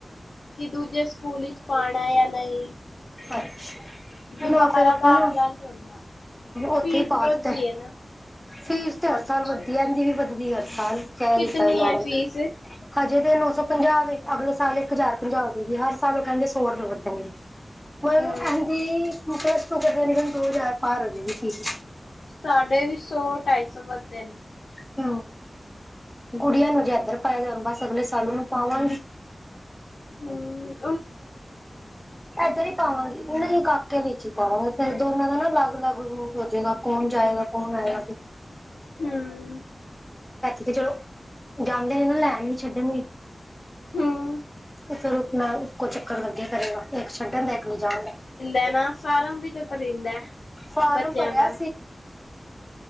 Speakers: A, on the left; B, in the centre.
A: ਕਿ ਦੂਜੇ ਸਕੂਲ ਚ ਪਾਣਾ ਯਾ ਨਹੀਂ।
B: ਅੱਛਾ,
A: ਦੁਬਾਰਾ
B: ਨਾ ਫੇਰ ਆਪਾਂ
A: ਦਾਖਲਾ
B: ਨਾ
A: ਨਹੀਂ ਹੁੰਦਾ
B: ਉੱਥੇ
A: ਫੀਸ
B: ਈ ਪਾ
A: ਵੱਧਦੀ
B: ਦਿਤੇ
A: ਹੈ ਨਾ
B: ਫੀਸ ਤੇ ਹਰ
A: ਅੱਛਾ
B: ਸਾਲ ਵਧਦੀ ਏੰਦੀ ਵੀ ਵਧਦੀ ਹਰ ਸਾਲ। ਕਹਿ
A: ਕਿਤਨੀ
B: ਦਿੱਤਾ ਵੇ ਮੈਡਮ
A: ਹੈ ਫੀਸ
B: ਹਜੇ ਤੇਨੂੰ ੳ ਪੰਜਾਹ ਵੇ ਅਗਲੇ ਸਾਲ ਏਕ ਹਜਾਰ ਪੰਜਾਹ ਹੋ ਜੇ ਗੀ ਹਰ ਸਾਲ ਉਹ ਕਹਿੰਦੇ ਸੌ ਰੁਪਏ ਵਧਣਗੇ ਮ ਏਹਿੰਦੀ
A: ਹਾਂ
B: ਪਲੱਸ ਟੂ ਕਰ ਤਕਰੀਬਨ ਦੋ ਹਜ਼ਾਰ ਪਾਰ ਹੋ ਜੇਗੀ ਫੀਸ
A: ਸਾਢੇ ਵੀ ਸੌ ਢਾਈ ਸੌ ਵੱਦੇ ਨੇ
B: <inaudible> ਗੁੜੀਆਂ ਨੂੰ ਜੇ ਏਧਰ ਪਾਇਆ ਦੇ ਬਸ ਅਗਲੇ ਸਾਲ ੳਨੂੰ ਪਾਵਾਂਗੀ
A: ਹਾਂ
B: ਏਧਰ ਈ ਪਾਵਾਂਗੀ ਨਹੀਂ ਕਾਕੇ ਵਿੱਚ ਈ ਪਾਵਾਂਗੇ ਫੇਰ ਦੋਨਾਂ ਦਾ ਨਾ ਲੱਗ ਲੱਗ ਰੂਟ ਹੋ ਜੇਗਾ ਕੌਨ ਜਾਏਗਾ ਕੌਨ ਆਏਗਾ ਫ
A: ਹਮ
B: ਤੇ ਚਲੋ, ਜਾਂਦੇ ਨੇ ਨਾ ਲੈਣ ਵੀ ਛੱਡਣ ਵੀ
A: ਹਮ
B: ਤੇ ਫਿਰ ਅਪਨਾ ਇੱਕੋ ਚੱਕਰ ਲੱਗਿਆ ਕਰੇਗਾ ਇੱਕ ਛੱਡਣ ਦਾ ਇੱਕ ਲਿਜਾਣ ਦਾ
A: ਹੇ ਨਾ ਫਾਰਮ ਵੀ ਤੇ ਭਰੀਂਦੇ
B: ਫਾਰਮ
A: ਬੱਚਿਆਂ
B: ਭਰਿਆ
A: ਦਾ